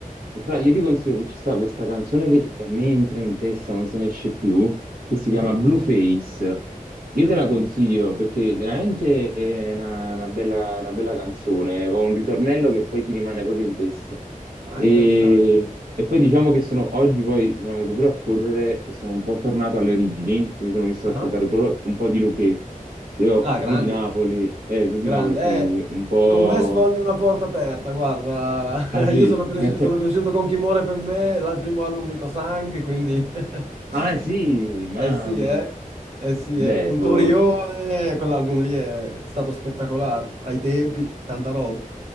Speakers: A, on the right; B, on the right.
A: e fa- io ti consiglio che ci sta questa canzone che a me entra in testa, non se ne esce più, che si chiama
B: Mhm.
A: Blueface. Io
B: Blueface.
A: te la consiglio perché veramente è una, una bella, una bella canzone, con un ritornello che poi ti rimane proprio in testa.
B: Ah,
A: E,
B: interessante.
A: e poi diciamo che sono, oggi poi sono andato pure a correre e sono un po' tornato alle origini, mi sono messo
B: Ah,
A: ad ascoltare pure un po' di Luchè. Io
B: ah,
A: sono
B: grande.
A: di Napoli, eh, sono di
B: Grande,
A: Napoli, quindi un po'...
B: eh, con me sfondi una porta aperta, guarda,
A: Ah
B: <laughs>
A: sì?
B: io sono, cres-
A: <laughs>
B: sono cresciuto con Chi muore per me, là il primo album di Cosang, quindi... <laughs>
A: Ah sì, mamma.
B: Eh sì, eh, eh sì,
A: Beh,
B: eh. In
A: for...
B: Torione, quell'album lì è stato spettacolare, ai tempi, tanta roba.